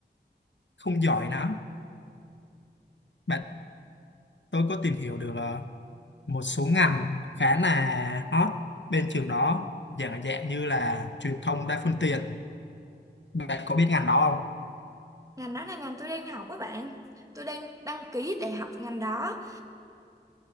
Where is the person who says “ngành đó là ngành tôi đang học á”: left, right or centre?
Right